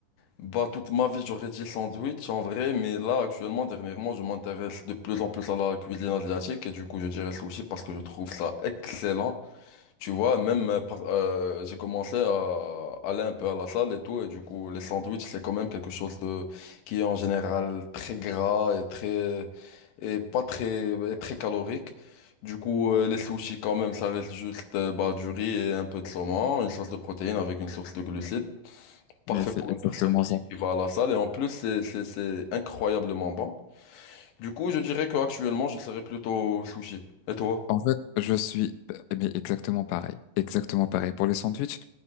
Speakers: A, on the left; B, on the left.
A: Bah, toute ma vie, j'aurais dit sandwich en vrai, mais là, actuellement, dernièrement, je m'intéresse de plus en plus à la cuisine asiatique et du coup, je dirais sushi parce que je trouve ça excellent. Tu vois, même euh, par- euh, j'ai commencé à aller un peu à la salle et tout, et du coup, les sandwichs, c'est quand même quelque chose de qui est en général très gras et très et pas très et très calorique. Du coup, euh, les sushis, quand même, ça reste juste euh, bah, du riz et un peu de saumon, une source de protéines avec une source de glucides. Parfait
B: mais c'est
A: pour
B: exactement
A: une personne qui,
B: ça.
A: qui va à la salle. Et en plus, c'est, c'est, c'est incroyablement bon. Du coup, je dirais qu'actuellement, je serais plutôt sushi. Et toi?
B: En fait, je suis mais exactement pareil, exactement pareil. Pour les sandwichs,